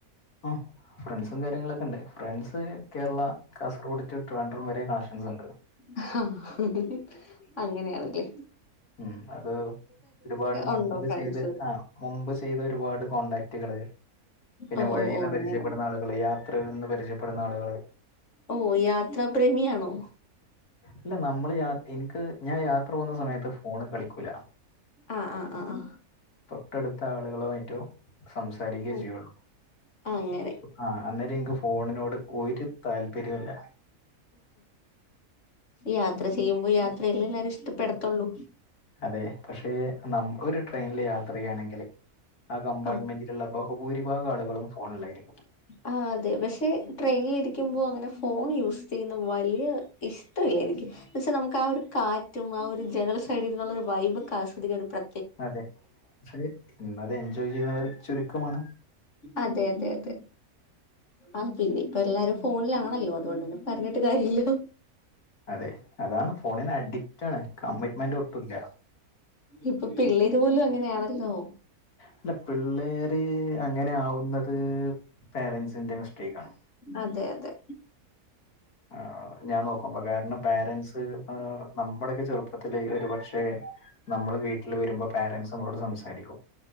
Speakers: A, on the left (about 80°); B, on the left (about 55°).
A: ആഹ്. ഫ്രണ്ട്സും കാര്യങ്ങളൊക്കെ ഉണ്ട് ഫ്രണ്ട്സ് കേരള കാസർക്കോട് ടു ട്രിവാൻഡ്രം വരെ കണക്ഷൻസുണ്ട്.
B: ആ അങ്ങനെയാണ്ല്ലേ.
A: ഉം അത് ഒരുപാട് മുമ്പ്
B: ഉണ്ടോ ഫ്രണ്ട്സ്
A: ചെയ്ത് ആ മുമ്പ് ചെയ്ത ഒരുപാട് കോൺടാക്റ്റ്കള് പിന്നെ
B: ഓ
A: വഴിന്ന്
B: ഓ ഓ അങ്ങനെ
A: പരിചയപ്പെടുന്ന ആളുകള് യാ ത്രകളിൽ നിന്ന് പരിചയപ്പെടുന്ന ആളുകള്
B: ഓ യാത്രാ പ്രേമിയാണോ?
A: ഇല്ല നമ്മള് എൻക്ക് ഞാൻ യാത്ര പോവുന്ന സമയത്ത് ഫോണ് കളിക്കൂല.
B: ആഹ് ആഹ് ആഹ്.
A: തൊട്ടട്ത്ത ആളുകളുമായിട്ടോ സംസാരിക്കേ
B: ആഹ്
A: ചെയ്യൊള്ളൂ.
B: അങ്ങനെ
A: ആഹ് അന്നേരം എൻക്ക് ഫോണിനോട് ഒരു താല്പര്യുല്ല.
B: യാത്ര ചെയ്യുമ്പോ യാത്രയല്ലേ എല്ലരും ഇഷ്ടപ്പെടത്തൊള്ളൂ.
A: അതെ പക്ഷെ നമ്മ ഒരു ട്രെയ്നിൽ യാത്ര ചെയ്യാണെങ്കില് ആ കമ്പാർട്ട്മെന്റി
B: ആഹ്
A: ള്ള ബഹുഭൂരിഭാഗം ആളുകളും ഫോണിലായിരിക്കും.
B: ആ അതെ പക്ഷെ ട്രെയ്നിലിരിക്കുമ്പോ അങ്ങനെ ഫോൺ യൂസ് ചെയ്യുന്ന വലിയ ഇഷ് ട്ടല്ല എനിക്ക് എന്നച്ചാൽ നമുക്ക് ആ ഒരു കാറ്റും ആ ഒരു ജനൽ സൈഡിൽനിന്നുള്ളരു വൈബൊക്കെ ആസ്വദിക്കാ ഒരു പ്ര
A: അതെ പക്ഷെ അത് എൻജോയ് ചെയ്യുന്നവര് ചുരുക്കമാണ്.
B: അതെതെതെ. ആഹ് പിന്നിപ്പോ ഇപ്പ എല്ലാരും ഫോണിലാണല്ലോ അതുകൊണ്ട് തന്നെ പറഞ്ഞിട്ട് കാര്യവില്ല
A: അതെ അതാണ് ഫോണിന് അഡിക്റ്റാണ് കമ്മിറ്റ്മെന്റ് ഒട്ടുമില്ല
B: ഇപ്പോ പിള്ളേര് പോലും അങ്ങനെയാണല്ലോ
A: അല്ല പിള്ളേര് അങ്ങനെ ആവുന്നത് പേരന്റ്സിന്റെ മിസ്റ്റേക്ക് ആണ്
B: അതെ അതെ
A: ആഹ് ഞാൻ നോക്കും കാരണം പോരന്റ്സ് നമ്മുടെയൊക്കെ ചെറുപ്പത്തില് ഒരു പക്ഷേ നമ്മള് വീട്ടിൽ വരുമ്പോ പേരന്റ്സ് നമ്മളോട് സംസാരിക്കും